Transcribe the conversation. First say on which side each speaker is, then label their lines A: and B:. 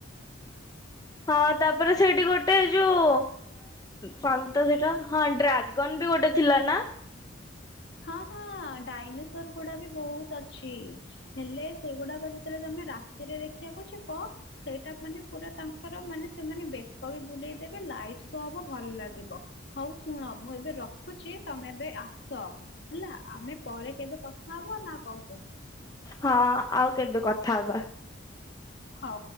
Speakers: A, on the left; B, on the left.
A: ହଁ ତାପରେ ସେଇଠି ଗୋଟେ ଯୋଉ କଣ ଟ ସେଟା ହଁ ଡ୍ରାଗନ ବି ଗୋଟେ ଥିଲା ନା
B: ହଁ ହଁ ଡାଇନୋସର ଗୁଡା ବି ବହୁତ ଅଛି ହେଲେ ସେଗୁଡାକ ଯେତେବେଳେ ତମେ ରାତିରେ ଦେଖିବାକୁ ଯିବ ସେଇଟା ମାନେ ପୁରା ତାଙ୍କର ମାନେ ସେମାନେ ବେକ ବି ବୁଲେଇ ଦେବେ ଲାଇଟ ଶୋ ହବ ଭଲ ଲାଗିବ ହଉ ଶୁଣ ମୁଁ ଏବେ ରଖୁଛି ତମେ ଏବେ ଆସ ହେଲା ଆମେ ପରେ କେବେ କଥା ହବ ନା କଣ କହୁଛ?
A: ହଁ ଆଉ କେବେ କଥା ହବା।
B: ହଉ।